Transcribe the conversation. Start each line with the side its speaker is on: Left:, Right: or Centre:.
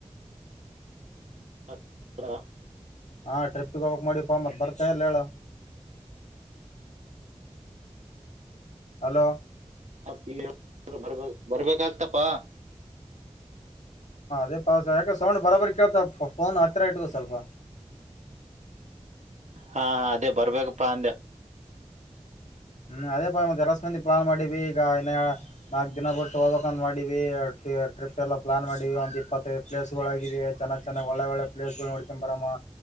Right: ಹ
Left: ಹಾ ಟ್ರಿಪ್ಪ ಹೋಗಕ್ ಮಾಡಿಪ್ಪ ಇಲ್ಲ ಬರ್ತೀಯಾ ಇಲ್ಲ ಹೇಳ ಹಲೋ
Right: ಮತ್ತೆ ಬರ್ಬೇಕ ಬರ್ಬೇಕಾಗ್ತಪಾ
Left: ಅದೇ ಪ ಯಕೆ ಸೌಂಡ್ ಬರಾಬರಿ ಕೇಳತ ಫೋನ್ ಹತ್ತಿರ ಇಟ್ಕೋ ಸ್ವಲ್ಪ
Right: ಹಾ ಹ ಅದೇ ಬರ್ಬೇಕಪ್ಪಾ ಅಂದೆ
Left: ಹ್ಮ್ ಅದೇ ಪಾ ಮತ್ತ ಎರಸ್ ಮಂದಿ ಪ್ಲಾನ್ ಮಾಡಿವಿ ಈಗ ಇನ್ನ ನಾಲ್ಕ್ ದಿನ ಬಿಟ್ಟು ಹೋಗ್ಬೇಕು ಮಾಡೀವಿ ಟ್ರಿಪ್ ಎಲ್ಲ ಪ್ಲಾನ್ ಮಾಡೀ ವಿ ಇಪ್ಪತ್ತೈದು ಪ್ಲೇಸ್ಗಳಗಿವ ಚೆನ್ನಾಗಿ ಚೆನ್ನಾಗಿ ಒಳ್ಳೇ ಒಳ್ಳೆ ಪ್ಲೇಸ್ಗಳು ನಡ್ಕೊಂಡ್ ಬರಮ